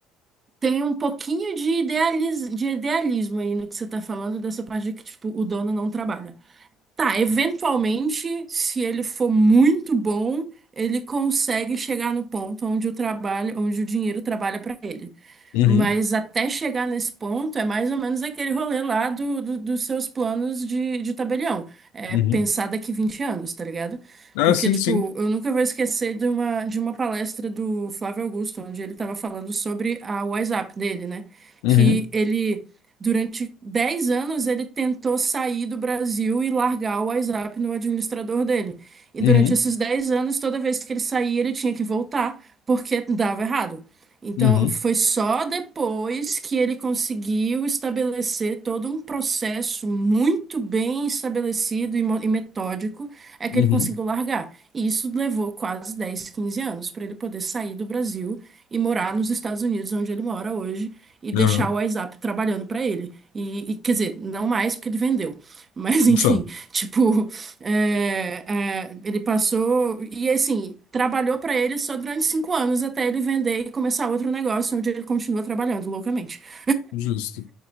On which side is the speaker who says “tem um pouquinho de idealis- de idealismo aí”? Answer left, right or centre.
Right